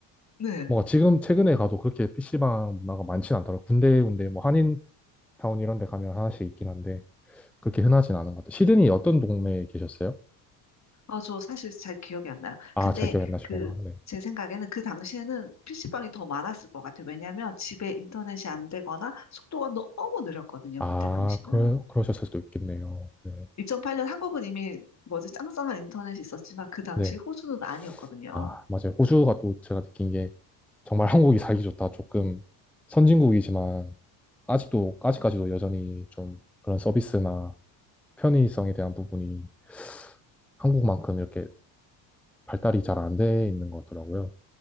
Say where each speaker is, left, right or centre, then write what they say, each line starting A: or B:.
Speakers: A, on the left; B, in the centre.
A: 네.
B: 뭔가 지금 최근에 가도 그렇게 PC방 문화가 많진 않더라고요. 군데군데 뭐 한인타운 이런 데 가면 하나씩 있긴 한데 그렇게 흔하진 않은 것 같아요. 시드니 어떤 동네에 계셨어요?
A: 아, 저 사실 잘 기억이 안 나요.
B: 아,
A: 근데
B: 잘 기억이 안 나시구나.
A: 그,
B: 네.
A: 제 생각에는 그 당시에는 PC방이 더 많았을 것 같아요. 왜냐하면 집에 인터넷이 안 되거나 속도가 너무 느렸거든요.
B: 아,
A: 그때 당시는.
B: 그러, 그러셨을 수도 있겠네요. 네.
A: 2008년 한국은 이미 뭐지 짱짱한 인터넷이 있었지만 그 당시
B: 네.
A: 호주는 아니었거든요.
B: 아, 맞아요. 호주가 또 제가 느낀 게 정말 한국이 살기 좋다. 조금 선진국이지만 아직도, 아직까지도 여전히 좀 그런 서비스나 편의성에 대한 부분이 한국만큼 이렇게 발달이 잘 안 돼 있는 것 같더라고요.